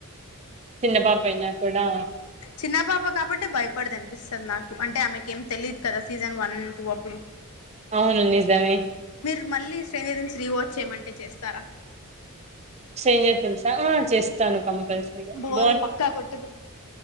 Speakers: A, on the right; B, on the left.
A: చిన్న పాపయినా కూడా
B: చిన్న పాప కాబట్టే భయపడదనిపిస్తది నాకు అంటే ఆమెకేం తెలీదు కదా సీజన్ వన్ టూ అప్పుడు
A: అవును నిజమే
B: మీరు మళ్ళీ శ్రేన్జరీన్స్ రీవాచ్ చేయమంటే చేస్తారా
A: స్ట్రేంజర్ టీమ్స్ ఆ చేస్తాను కంపల్సరీగా
B: బోరు
A: బావుం
B: పక్కా కొట్టదు